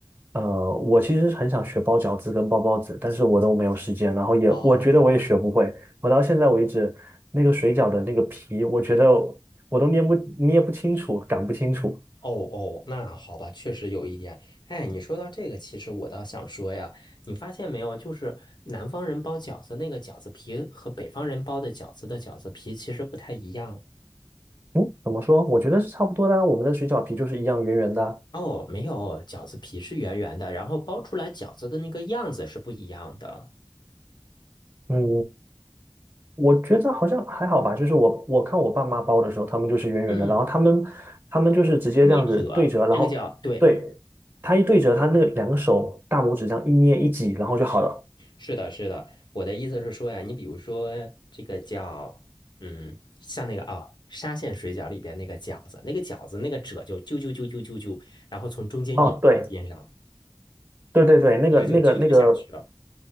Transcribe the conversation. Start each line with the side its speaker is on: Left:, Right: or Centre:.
Right: 呃，我其实很想学包饺子跟包包子，但是我都没有时间，然后也我觉得我也学不会。
Left: 哦，
Right: 我到现在为止，那个水饺的那个皮，我觉得我都捏不捏不清楚，擀不清楚。
Left: 哦哦，那好吧，确实有一点。哎，你说到这个，其实我倒想说呀，你发现没有，就是南方人包饺子那个饺子皮和北方人包的饺子的饺子皮其实不太一样。
Right: 嗯，怎么说？我觉得是差不多的啊我们的水饺皮就是一样圆圆的啊
Left: 哦，没有，饺子皮是圆圆的，然后包出来饺子的那个样子是不一样的。
Right: 嗯，我觉得好像还好吧，就是我我看我爸妈包的时候，他们就是圆圆的，
Left: 嗯，
Right: 然后他们他们就是直接这样子对折，
Left: 捏褶，
Right: 然后对，
Left: 这个叫，对，
Right: 他一对折，他那个两个手大拇指这样一捏一挤，然后就好了。
Left: 是的，是的。我的意思是说呀，你比如说这个叫，嗯，像那个啊，沙县水饺里边那个饺子，那个饺子那个褶就揪揪揪揪揪揪，然后从中间一直到边上，
Right: 哦，对对对对，那个那个那个，
Left: 一直就揪揪下去了。